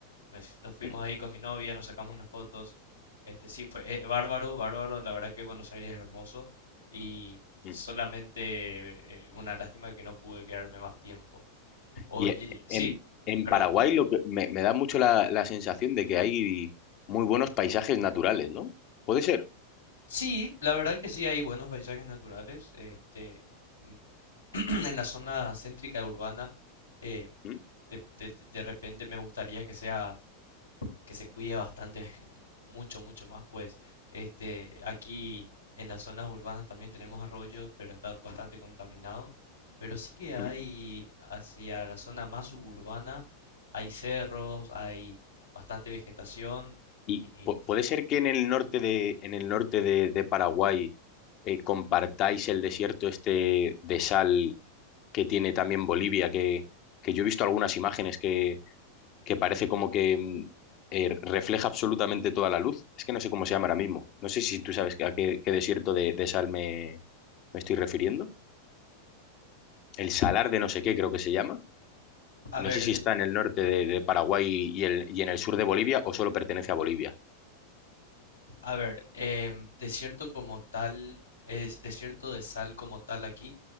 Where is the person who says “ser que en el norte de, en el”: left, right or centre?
Left